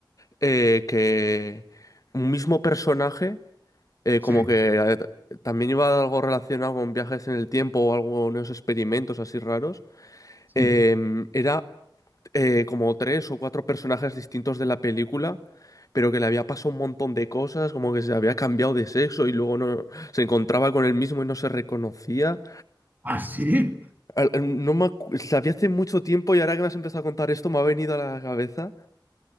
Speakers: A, on the left (about 45°); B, on the right (about 20°).
A: eh, que un mismo personaje, eh,
B: Sí,
A: como que eh, t- también iba algo relacionado con viajes en el tiempo o algo, unos experimentos así raros,
B: sí.
A: em, era eh, como tres o cuatro personajes distintos de la película, pero que le había pasado un montón de cosas, como que se había cambiado de sexo y luego no se encontraba con él mismo y no se reconocía.
B: ¿Ah, sí?
A: Al- al- No me acu- la vi hace mucho tiempo y ahora que me has empezado a contar esto me ha venido a la cabeza.